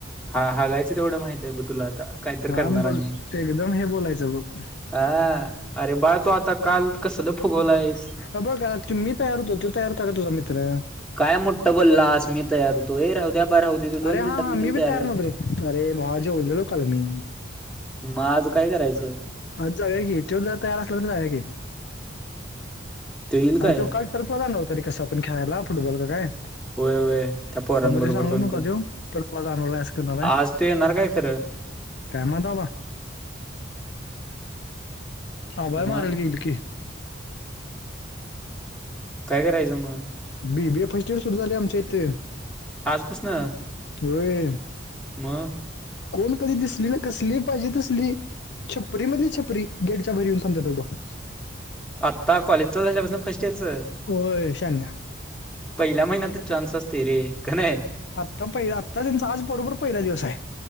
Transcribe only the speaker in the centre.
हा -हा जायचं तेवढं माहित ये बु तुला आता. काहीतर
करणार आणि.
हा अरे बाळ तू आता कालं कसलं फुगवला आहेस?
काय मोठं बोलंलास मी तयार होतो, ए राहू द्या ब राहू दे तो दोन
मिनिटात
मी तुला
तयार कर
म आज काय करायचं?
येईल काय?
होय होय. त्या पोरांबरोबर
कोण
कोण?
आज ते येणार काय खरं
मग
काय करायचं म?
आज पसनं,
म
आता कॉलेजच झाल्यापासनं फर्स्ट इयरचं
पहिल्या महिन्यातच चान्स असतय रे,, क नाही.